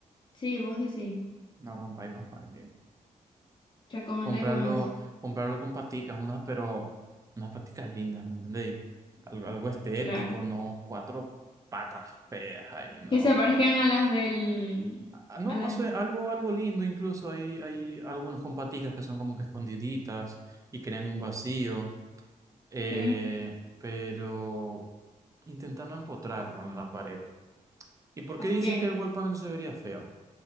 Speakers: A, on the left; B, on the right.
A: Sí, vos decís.
B: No rompáis más pared.
A: Recomendáis
B: comprarlo,
A: vos eso.
B: comprarlo con paticas, unas, pero unas paticas lindas, ¿me entendéis? Algo, algo estético,
A: Claro.
B: no cuatro patas feas ahí, ¿no?
A: Que se parezcan a las del...
B: Ah, No,
A: A las...
B: o sea, algo, algo lindo, incluso hay, hay algunos con paticas que son como que escondiditas y crean un vacío, eh,
A: Sí.
B: pero intenta no empotrarlo en la pared. ¿Y por qué
A: Ok.
B: dices
A: O
B: que el wall panel se vería feo?